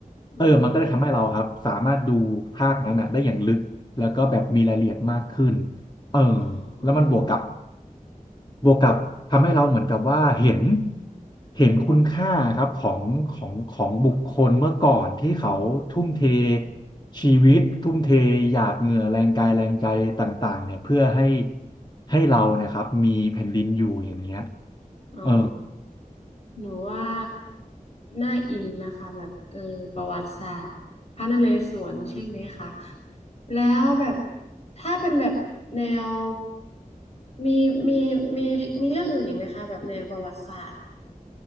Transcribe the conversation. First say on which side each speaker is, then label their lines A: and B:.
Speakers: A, on the left; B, on the left.
A: อืม
B: เออมันก็เลยทำให้เราครับสามารถดูภาคนั้นอ่ะได้อย่างลึกแล้วก็แบบมีรายละเอียดมากขึ้นเออ
A: อ๋อ
B: แล้วมันบวกกับบวกกับทำให้เราเหมือนกับว่าเห็นเห็นคุณค่าครับของของของบุคคลเมื่อก่อนที่เขาทุ่มเทชีวิตทุ่มเทหยาดเหงื่อแรงกายแรงใจต่างๆเนี่ยเพื่อให้ให้เราเนี่ยครับมีแผ่นดินอยู่อย่างเงี้ย
A: อ๋อ
B: เออ
A: หนูว่าน่าอินนะคะแบบเออประวัติศาสตร์พระนเรศวรใช่ไหมคะแล้วแบบถ้าเป็นแบบแนวมีมีมีมีเรื่องอื่นอีกไหมคะแบบแนวประวัติศาสตร์